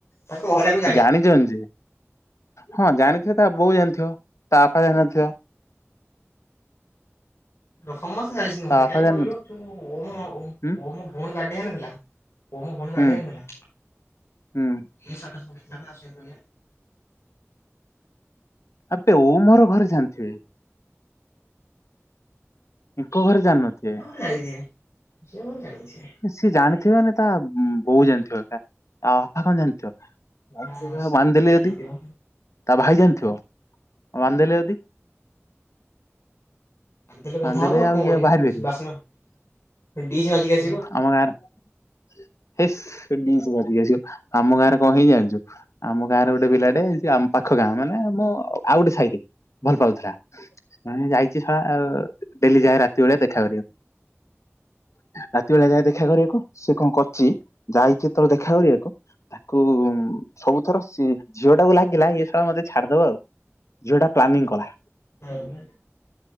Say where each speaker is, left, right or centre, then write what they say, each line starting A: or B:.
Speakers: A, on the left (about 65°); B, on the left (about 85°).
A: ତାଙ୍କ ଘରା ଆକୁ।
B: ଜାଣିଛନ୍ତି ଯେ ହଁ ଜାଣିଥିବେ ତା ବୋଉ ଜାଣିଥିବ ତା ବାପା ଜାଣିିନଥିବ।
A: ସମସ୍ତେ ଜାଲିଛନ୍ତି
B: ତା
A: ମୋତେ
B: ବାପା
A: କାହିଁକି
B: ଜାଣିନଥିବ
A: କହିଲୁ ଓମ୍
B: ହୁଁ
A: ଓମ୍ ଭଉଣୀ ବାଡେ ହେଇ ନଥିଲା। ଓମ୍ ଭଉଣୀ
B: ହୁଁ
A: ବାଡେଇ ବାକୁ ଧଇଲା ପୁଣି
B: ହୁଁ
A: ଷ୍ଟାଟସ ପକେଇଥିଲା ତା ସହିତ।
B: ଆବେ ଓମ୍ ଘରେ ଜାଣିଥିବେ। ଆଙ୍କ ଘରେ ଜାଣିନଥିବେ?
A: ଖାଇଦିଏ ସିଏ ମୁଁ ଜାଣିଛି।
B: ସିଏ ଜାଣିଥିବେ ନା ତା ବୋଉ ଜାଣିଥିବ ଏକା ବାପା କଣ ଜାଣିଥିବ?
A: ହଁ ସେଇଆ
B: ବାନ୍ଧି ଦେଲି ଯଦି
A: ହେଇଥିବ।
B: ତା ଭାଇ ଜାଣିଥିବ? ବାନ୍ଧିଦେଲେ ଯଦି।
A: ନ ଦେଲେ ବନ୍ଧାହେବ
B: ବାନ୍ଧିଦେଲେ
A: ଆଉ କଣ
B: ଇଏ
A: କରିବା
B: ବାହାରି
A: କୋଣ
B: ପାରିବ
A: ବାସ୍ନ ଡିଜେ ମାଜିକି ଆସ୍
B: ଆମ ଗାଁରେ ହେସ୍ ସେଡିସ୍ ମାଜିକି ଆସିବ ଆମ ଗାଁରେ କଣ ହେଇଚି ଜାଣିଛୁ। ଆମ ଗାଁରେ ଗୋଟେ ପିଲାଟେ ଆମ ପାଖ ଗାଁ ମାନେ ଆମ ଆଉ ଗୋଟେ ସାଇରେ ଭଲ ପାଉଥିଲା ମାନେ ଯାଇଛି ସଳା ଅ ଡେଲି ଯାଏ ରାତ୍ ସେଇଭଳିଆ ଦେଖା କରିବ। ରାତି ବେଳେ ଯାଏ ଦେଖା କରିବାକୁ ସେ କଣ କରିଛି ଯାଇଚି ଯେତେବେଳେ ଦେଖା କରିବାକୁ। ତାକୁ ସବୁଥର ସି ଝିଅ ଟାକୁ ଲାଗିଲା ଇଏ ସା ମତେ ଛାଡିଦବା ଆଉ। ଝିଅଟା ପ୍ଲାନିଙ୍ଗ କଲା।
A: ହଁ।